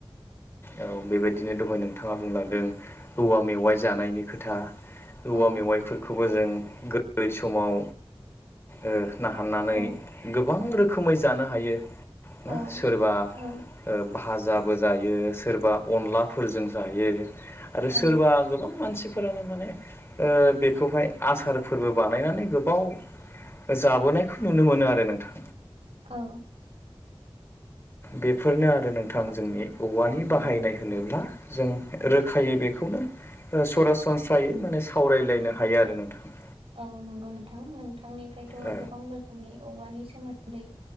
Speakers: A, on the left; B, on the right.
A: औ बेबायदिनो दहाय नोंथाङा बुंलांदों औवा मेवाइ जानायनि खोथा औवा
B: औ
A: मेवाइफोरखौबो जों गोरलै समाव ओ नाहारनानै
B: औ
A: गोबां रोखोमै जानो हायो। ना
B: औ
A: सोरबा
B: औ
A: ओ भाजाबो जायो सोरबा अनलाफोरजों जायो आरो
B: औ
A: सोरबा गोबां मानसिफोरानो माने ओ बे खौहाय आसारफोरबो बानायनानै गोबाव जाबोनायखौ नुनो मोनो आरो नोंथां।
B: औ‌।
A: बेफोरनो आरो नोंथां जोंनि औवानि
B: औ नंगौ
A: बाहायनाय
B: नोंथां
A: होनोब्ला। जों
B: औ
A: रोखायै बेखौनो ओ सरासनस्रायै माने सावरायलायनो हायो आरो नोंथां।
B: औ नंगौ नोंथां नोंथांनिफ्रायथ'
A: औ
B: गोबां रोखोमनि औवानि सोमोन्दै